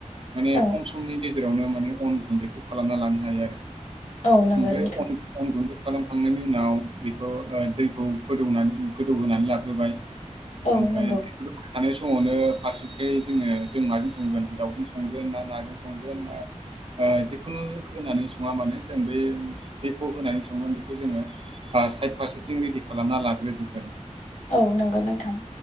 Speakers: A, on the right; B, on the left.
A: माने
B: औ
A: खम समनि गेजेराव गेरावनो माने अन गुन्दैखौ खालामना लानो हायो आरो,
B: औ नंगौ
A: ओमफ्राय
B: नोंथां
A: अन गुन्दै खालामखांनायनि उनाव बेखौ ओ दैखौ गोदौ गोदौहोनानै लाग्रोबाय।
B: औ
A: ओमफ्राय
B: नंगौ
A: थानाय समावनो फारसेखै जोङो जों माजों संगोन दाउजों संगोन ना? नाजों संगोन ना? ओ जिखुनु होनानै सङा मानोे, जों बे जेखौ होनानै सङो बेखौ जोङो साइथ फारसेथिं रेडि खालामना लाग्रोजोबगोन।
B: औ नंगौ नोंथां।